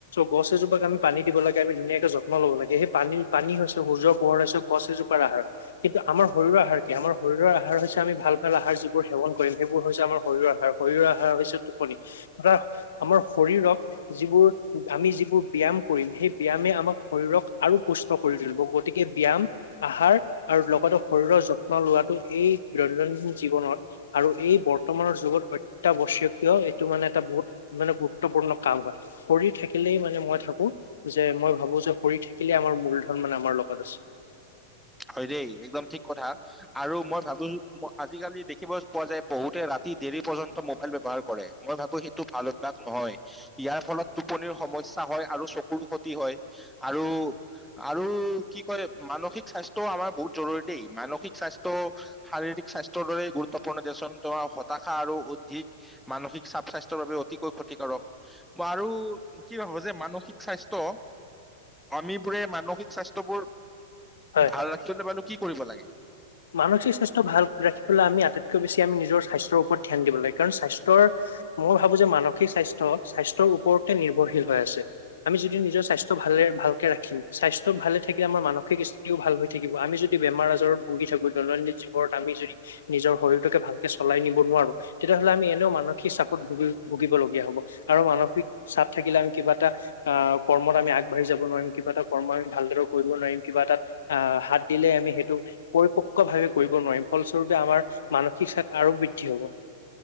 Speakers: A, on the left (about 75°); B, in the centre.
A: গছ এজোপাক আমি পানী দিব লাগে আমি ধুনীয়াকে যত্ন লব লাগে সেই পানী হৈছে সূৰ্য পোহৰ হৈছে গছ এজোপাৰ আহাৰ। কিন্তু আমাৰ শৰীৰৰ আহাৰ কি আমাৰ শৰীৰৰ আহাৰ হৈছে আমি ভাল আহাৰ যিবোৰ সেৱন কৰিম সেইবোৰ হৈছে আমাৰ শৰীৰৰ আহাৰ শৰীৰৰ আহাৰ হৈছে টোপনি আমাৰ শৰীৰক যিবোৰ আমি যিবোৰ ব্যায়াম কৰিম সেই ব্যায়ামে আমাক শৰীৰক আৰু পুষ্ট কৰি তুলিব গতিকে ব্যায়াম আহাৰ আৰু লগতে শৰীৰৰ যত্ন লোৱাটো এই দৈনন্দিন জীৱনত আৰু এই বৰ্তমানৰ যুগত অত্যাৱশ্যকীয় এইটো মানে এটা বহুত মানে গুৰুত্বপূৰ্ণ কাম হয় শৰীৰ থাকিলেই মানে মই থাকো যে মই ভাবো যে শৰীৰ থাকিলেই আমাৰ মূলধন মানে আমাৰ লগত আছে
B: হয় দেই একদম ঠিক কথা আৰু মই ভাবোছো আজিকালি দেখিবলৈ পোৱা যায় বহুতে ৰাতি দেৰি পৰ্যন্ত মোবাইল ব্যৱহাৰ কৰে মই ভাবো সেইটো ভাল অভ্যাস নহয় ইয়াৰ ফলত টোপনিৰ সমস্যা হয় আৰু চকুৰো ক্ষতি হয় আৰু আৰু কি কয় মানসিক স্বাস্থ্য টো আমাৰ বহুত জৰুৰী দেই মানসিক স্বাস্থ্য শাৰীৰিক স্বাস্থ্যৰ দৰে গুৰুত্বপূৰ্ণ দে ছুন পৰা আৰু হতাশা অধিক মানসিক চাপ স্বাস্থ্যৰ বাবে অতিকৈ ক্ষতিকাৰক আৰু কি ভাব যে মানসিক স্বাস্থ্য আমি বোৰে মানসিক স্বাস্থ্যয়বোৰ
A: হয়
B: ভাল ৰাখিবলে কি কৰিব লাগে
A: মানসিক স্বাস্থ্য ভাল ৰাখিবলৈ আমি আটাইতকৈ বেছি আমি নিজৰ স্বাস্থ্যৰ ওপৰত ধ্যান দিব লাগে কাৰণ স্বাস্থ্যৰ মই ভাবো যে মানসিক স্বাস্থ্য স্বাস্থ্যৰ ওপৰতে নিৰ্ভৰশীল হৈ আছে আমি যদি নিজৰ স্বাস্থ্য ভালে ভালকে ৰাখিম স্বাস্থ্য ভালে থাকিলে আমাৰ মানসিক স্থিতিও ভাল হৈ থাকিব আমি যদি বেমাৰ আজাৰৰ ভুগি থাকো দৈনন্দিন জীৱনত আমি যদি নিজৰ শৰীৰটোকে ভালকে চলাই নিব নোৱাৰো তেতিয়াহলে আমি এনেও মানসিক চাপত ভুগ ভুগিব লগগীয়া হব আৰু মানসিক চাপ থাকিলে আমি কিবা এটা আহ কৰ্মত আমি আগবাঢ়ি যাব নোৱাৰিম কিবা এটা কৰ্ম আমি ভালদৰে কৰিব নোৱাৰিম কিবা এটা আহ হাত দিলে আমি সেইটো পৰিপক্কভাৱে কৰিব নোৱাৰিম ফলস্বৰূপে আমাৰ মানসিক চাপ আৰু বৃদ্ধি হ'ব